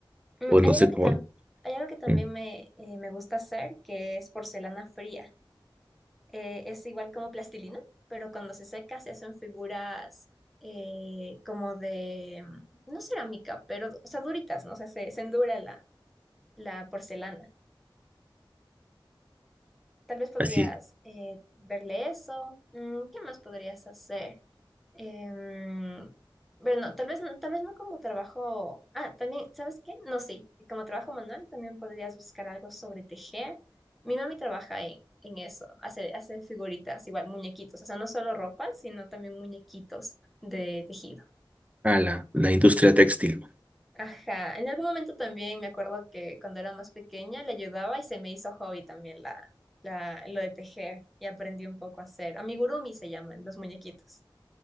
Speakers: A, in the centre; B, on the right.
A: Mm,
B: o no
A: hay algo
B: sé
A: que
B: cómo,
A: tam- hay algo que también
B: mm,
A: me, eh, me gusta hacer, que es porcelana fría. Eh, es igual como plastilina, pero cuando se seca se hacen figuras eh, como de, mm, no cerámica, pero, o sea, duritas, ¿no? O sea, se, se endura la porcelana. Tal vez podrías
B: así,
A: eh, verle eso. Mm, ¿qué más podrías hacer? Em, pero no, tal vez, no- tal vez no como trabajo. Ah, también, ¿sabes qué? No, sí. Como trabajo manual también podrías buscar algo sobre tejer. Mi mami trabaja en, en eso. Hace, hace figuritas, igual muñequitos. O sea, no solo ropa, sino también muñequitos de tejido.
B: a la, la industria textil.
A: Ajá, en algún momento también me acuerdo que cuando era más pequeña le ayudaba y se me hizo hobby también la, la, lo de tejer y aprendí un poco a hacer. Amigurumi se llaman los muñequitos.